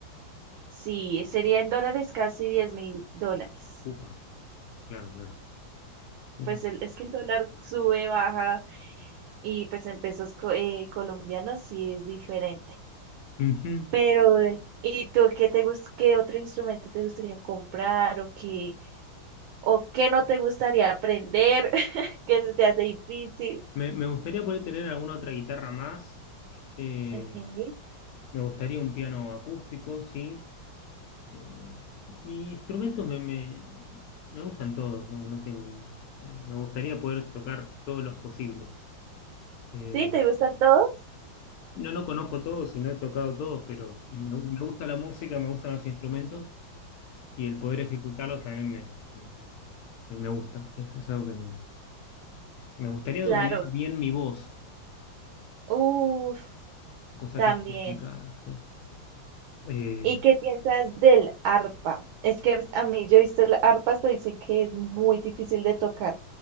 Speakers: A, on the right; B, on the left.
A: Sí, sería en dólares casi diez mil dólares.
B: Upa, claro, claro. Sí.
A: Pues el- es que el dólar sube, baja y pues en pesos co- eh, colombianos sí es diferente.
B: Ujú.
A: Pero, eh, ¿y tú qué te gust qué otro instrumento te gustaría comprar o qué o qué no te gustaría aprender, <laughs> que se te hace difícil?
B: Me, me gustaría poder tener alguna otra guitarra más. Eh,
A: Okay.
B: me gustaría un piano acústico, sí. Eh, y instrumentos me, me, me gustan todos, no, no tengo. un- eh, me gustaría poder tocar todos los posibles. Eh,
A: ¿Sí? ¿Te gustan todos?
B: no, no conozco todos y no he tocado todos, pero me, me gusta la música, me gustan los instrumentos. y el poder ejecutarlos también me, me- me- me gusta. Es, es algo que me, me gustaría
A: Claro.
B: dominar bien mi voz,
A: Uf,
B: cosa
A: también.
B: que es complicada. Sí, Eh,
A: ¿Y qué piensas del arpa? Es que pues, a mí yo he visto las arpas, pero dicen que es muy difícil de tocar.